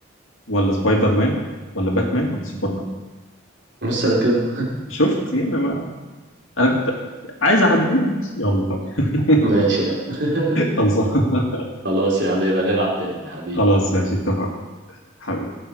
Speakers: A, on the left; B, on the right.
A: ولا سبايدر مان ولا باتمان ولا سوبرمان
B: مثلا كده
A: شفت يعني انا كنت عايز اعديها يلا طب <laughs>
B: ماشي يا عم <laughs>
A: خلصان <laughs>
B: خلاص يا عم يبقى نلعب تاني حبيبي
A: خلاص ماشي اتفقنا حبيبي